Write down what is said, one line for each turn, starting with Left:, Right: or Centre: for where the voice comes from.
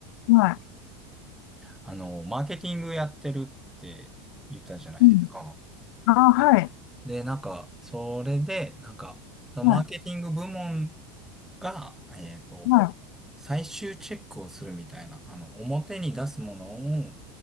Left: い、は
Centre: あの、マーケティングやってるって言ったじゃないですか。
Left: い。うん。あ、はい、
Centre: で、なんか、それで、なんか、そのマーケティング部門
Left: はい、
Centre: が、えっと、
Left: はい、
Centre: 最終チェックをするみたいな、あの、表に出すものを、